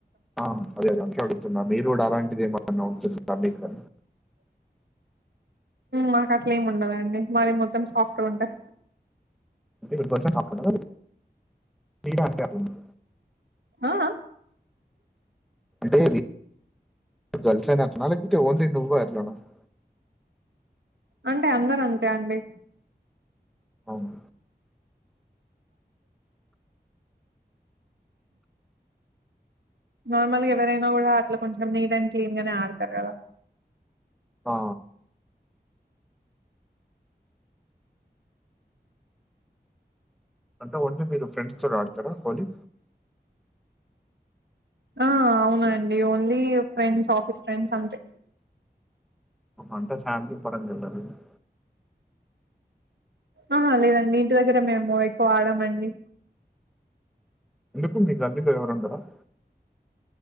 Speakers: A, in the centre; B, on the right.
A: ఆ అదే అదే అందుకే అడుగుతున్నా మీ రోడ్ అలాంటిది ఏమన్నా ఉంటుందా మీకు అని
B: మాకు అట్లా ఏమి ఉండదండి మాది మొత్తం సాఫ్ట్గా ఉంటది
A: షప్పుడు <unintelligible>
B: ఆఆ
A: అంటే తెల్సాన నలకితే ఓన్ రండివ్వ అలావా <unintelligible>
B: అంటే అందరు అంతే అండి
A: అవును
B: నార్మల్గా ఎవరైనా కూడా అట్లా కొంచెం నీట్ అండ్ క్లీన్ గానే ఆడతారు కదా
A: ఆ అంటే ఓన్లీ మీరు ఫ్రెండ్స్ తో ఆడతారా హోలీ
B: ఆ అవునాండి ఓన్లీ ఫ్రెండ్స్ ఆఫీస్ ఫ్రెండ్స్ అంతే
A: అంటే ఫ్యామిలీ ఇ పడ జల <unintelligible>
B: ఆహా లేదండి ఇంటి దగ్గర మేము ఎక్కువ ఆడమండి
A: ఎందుకుంది అల్ల్లోవరంటార <unintelligible>